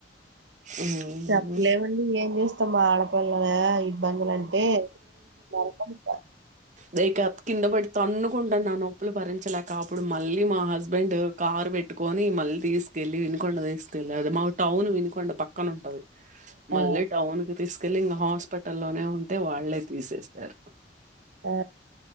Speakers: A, on the right (about 45°); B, on the right (about 80°).
A: హ్మ్.
B: చెప్పలేమండి ఏం జేస్తాం ఆడపిల్లదే ఇబ్బందులంటే నరకమింక
A: దే కప్ కింద పడి తన్నుకుంటన్న నొప్పులు భరించలేక అప్పుడు మళ్ళీ మా హస్బెండ్ కారు పెట్ కొని మళ్ళీ తీసుకెళ్ళలి వినుకొండ తీసుకెల్లి అది మా టౌన్ వినుకొండ పక్కన ఉంటది మళ్ళీ
B: ఆ
A: టౌన్ కి తీసుకెల్లి ఇంకా హాస్పిటల్లోనే ఉంటే వాళ్ళే తీసేసారు.
B: ఆ